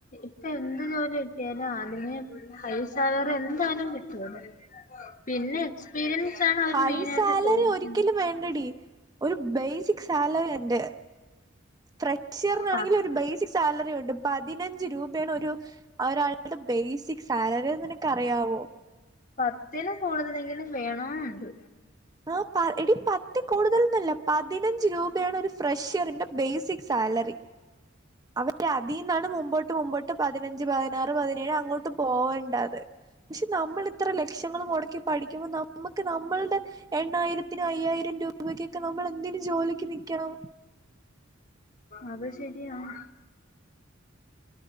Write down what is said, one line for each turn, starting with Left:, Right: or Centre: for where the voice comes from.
Left: ഇപ്പ എന്ത് ജോലി കിട്ടിയാലും ആദ്യമേ ഹൈ സാലറി എന്തായാലും കിട്ടൂലാ പിന്നെ എക്സ്പീരിയൻസ് ആണ് അവര്
Right: ഹൈ
Left: മെയിനായിട്ട്
Right: സാലറി
Left: ചോദിക്കുന്നത്
Right: ഒരിക്കലും വേണ്ടടി ഒരു ബേസിക് സാലറി ഉണ്ട് ഫ്രഷ്യറിനാണെങ്കിൽ
Left: പ
Right: ഒരു ബേസിക് സാലറി ഉണ്ട് പതിനഞ്ച് രൂപയാണ് ഒരു ഒരാളുടെ ബേസിക് സാലറിന്ന് അത് നിനക്ക് അറിയാവോ
Left: പത്തിന് കൂടുതലെങ്കിലും വേണമുണ്ട്
Right: ആ എടി പത്തിൽ കൂടുതൽന്നല്ല പതിനഞ്ച് രൂപയാണ് ഒരു ഫ്രഷ്യറിന്റെ ബേസിക് സാലറി അവര് അതിന്നാണ് മുമ്പോട്ട് മുമ്പോട്ട് പതിനഞ്ച് പതിനാറ് പതിനേഴ് അങ്ങോട്ട് പോവേണ്ടത് പക്ഷെ നമ്മൾ ഇത്ര ലക്ഷങ്ങൾ മുടക്കി പഠിക്കുമ്പോ നമുക്ക് നമ്മൾടെ എണ്ണായിരത്തിന് അയ്യായിരം രൂപക്കൊക്കെ നമ്മൾ എന്തിന് ജോലിക്ക് നിക്കണം
Left: അത് ശരിയാാണ്